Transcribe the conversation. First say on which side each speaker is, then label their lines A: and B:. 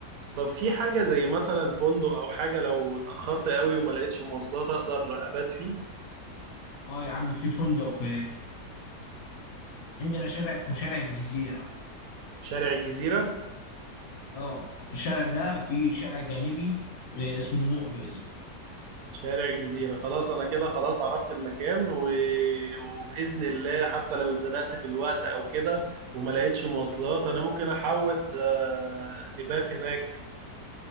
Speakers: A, on the right; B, on the left.
A: طب في حاجة زي مثلا فندق أو حاجة لو اتأخرت قوي وما لقيتش مواصلات أقدر أبات فيه
B: اه يا عم في فندق في عندنا شارع اسمه شارع الجزيره
A: شارع الجزيرة
B: اه الشارع ده في شارع جانبي آه، اسمه مقبل
A: شارع الجزيرة خلاص أنا كده خلاص عرفت المكان و... وبإذن الله حتى لو اتزنقت في الوقت أو كده وما لقيتش مواصلات أنا ممكن أحود آه، نبات هناك